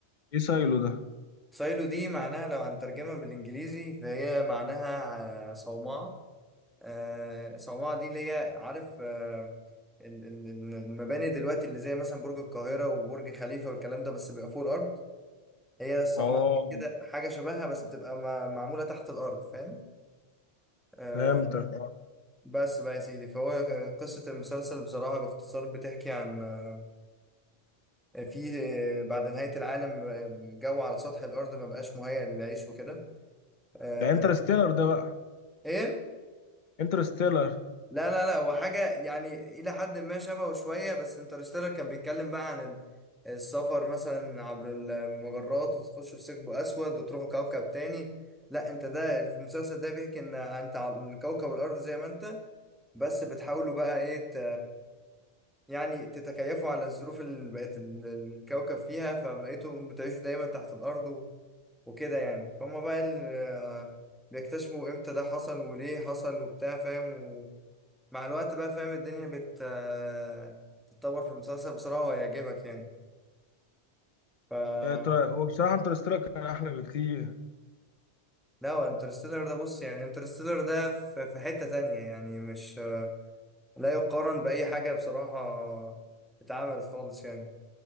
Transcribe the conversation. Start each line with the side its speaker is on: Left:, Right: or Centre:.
Left: ايه سايلو ده
Centre: سايلو دي معناها لو هنترجمها بالانجليزي فهي معناها أه، صومعة أه، صومعة دي اللي هي عارف أه، ال- ال- المباني دلوقتي اللي زي مثلا برج القاهرة وبرج خليفة والكلام ده بس بيبقى فوق الأرض هي الصومعة
Left: اه
Centre: دي كده حاجة شبهها بس بتبقى مع- معمولة تحت الأرض فاهم آه،
Left: فهمتك آه،
Centre: بس بقى يا سيدي فهو ك- قصة المسلسل بصراحة باختصار بتحكي عن آه، فيه آه، بعد نهاية العالم آه، الجو على سطح الأرض ما بقاش مهيأ للعيش وكده آه،
Left: ده انترستيلر ده بقى
Centre: إيه
Left: انترستيلر
Centre: لا لا لا هو حاجة يعني إلى حد ما شبهه شوية بس انترستيلر كان بيتكلم بقى عن ال- السفر مثلا عبر المجرات وتخشوا في ثقب أسود وتروحوا كوكب تاني لا أنت ده في المسلسل ده بيحكي إن أنت على كوكب الأرض زي ما أنت بس بتحاولوا بقى إيه ت... يعني تتكيفوا على الظروف اللي بقت ال- الكوكب فيها فبقيتوا بتعيشوا دايما تحت الأرض و... وكده يعني فهم بقى ال... بيكتشفوا إمتى ده حصل وليه حصل وبتاع فاهم مع الوقت بقى فاهم الدنيا بت آه، تتطور في المسلسل بصراحة وهيعجبك يعني ف
Left: آه، ترى- هو بصراحة انترستيلر كان أحلى بكتير
Centre: لا هو انترستيلر ده بص يعني انترستيلر ده في في حتة تانية يعني مش لا يقارن بأي حاجة بصراحة اتعملت خالص يعني